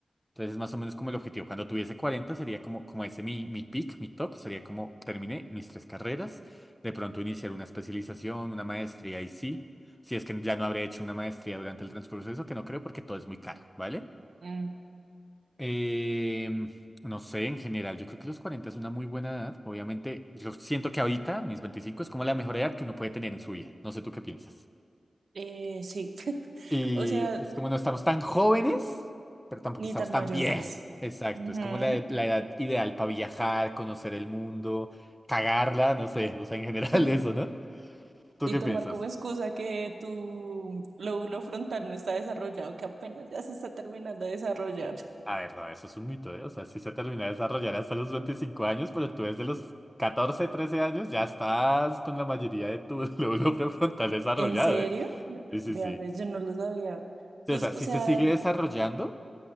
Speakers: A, in the centre; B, on the right.
A: Entonces es más o menos como el objetivo. Cuando tuviese 40 sería como, como ese mi, mi peak, mi top, sería como terminé mis tres carreras, de pronto iniciar una especialización, una maestría y sí, si es que ya no habré hecho una maestría durante el transcurso de eso, que no creo porque todo es muy caro, ¿vale?
B: Mm,
A: Em, no sé, en general, yo creo que los 40 es una muy buena edad. Obviamente, yo siento que ahorita, a mis 25 es como la mejor edad que uno puede tener en su vida. No sé tú qué piensas.
B: eh, sí. <laughs>
A: Y
B: O sea,
A: es como no estamos tan jóvenes, pero tampoco
B: ni
A: estamos
B: tan
A: tan
B: mayores.
A: viejos. Exacto,
B: Ujú.
A: es como la, la edad ideal para viajar, conocer el mundo, cagarla, no sé, o sea, en general
B: <laughs>
A: <laughs> eso, ¿no? ¿Tú
B: Y
A: qué
B: tomar
A: piensas?
B: como excusa que tu lóbulo frontal no está desarrollado, que apenas ya se está terminando de desarrollar.
A: A ver, no, eso es un mito, ¿eh? O sea, sí se termina de desarrollar hasta los 25 años, pero tú desde los 14 13 años ya estás con la mayoría de tu <laughs> lóbulo prefrontal desarrollado,
B: ¿En serio?
A: ¿eh? Sí, sí,
B: Vea,
A: sí.
B: pues yo no lo sabía.
A: Sí,
B: Pues,
A: o sea, sí
B: o sea,
A: se sigue desarrollando,